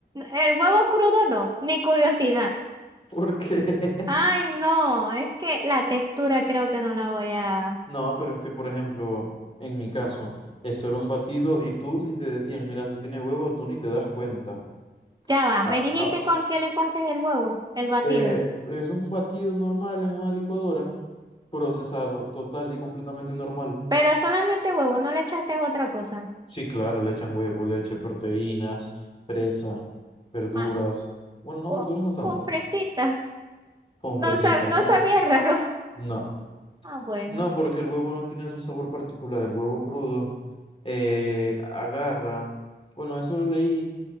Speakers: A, on the right; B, on the left.
A: el huevo crudo no, ni curiosidad.
B: porque <laughs>
A: Ay, no, es que la textura creo que no la voy a
B: no, pero es que, por ejemplo, en mi caso, eso era un batido y tú, si te decían, mira, eso tiene huevo, tú ni te das cuenta.
A: Ya va,
B: Ah,
A: me dijiste
B: ah,
A: con qué licuaste el huevo, el batido.
B: eh, eso es un batido normal en una licuadora. procesado, total y completamente normal.
A: Pero solamente huevo, no le echaste otra cosa.
B: Sí, claro, le echan huevo, leche, proteínas, fresa, verduras.
A: Ah,
B: Bueno, no,
A: con,
B: verduras no tanto.
A: con fresita.
B: Con
A: No,
B: fresitas,
A: sab- no
B: ajá.
A: sabía raro.
B: No,
A: Ah, bueno.
B: no, porque el huevo no tiene su sabor particular. El huevo crudo eh, agarra. Bueno, eso lo leí